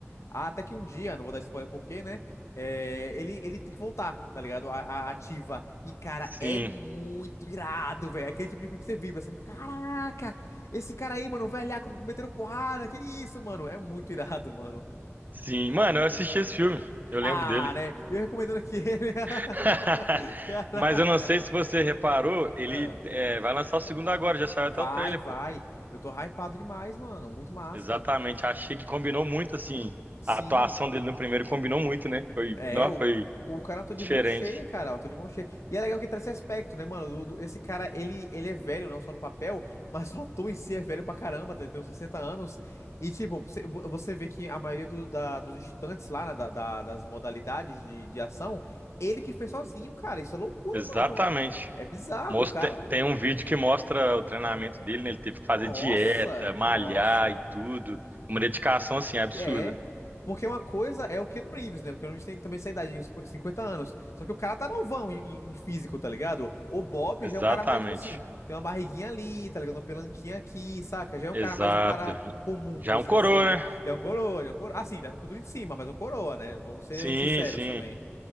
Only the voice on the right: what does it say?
sim,
sim. Mano, eu assisti esse filme. Eu
lembro dele.
<laughs>
Mas eu não sei se você reparou, ele
é, vai lançar o segundo agora, já saiu
até o trailer,
pô.
Exatamente, achei que combinou muito, assim,
a atuação dele no primeiro combinou muito, né? Foi,
não,
foi
diferente.
Exatamente.
Mostra,
tem um vídeo que mostra o treinamento dele, né? Ele teve que
fazer dieta, malhar
e tudo. Uma dedicação, assim, absurda.
Exatamente.
Exato.
Já
é
um coroa,
né?
Sim,
sim.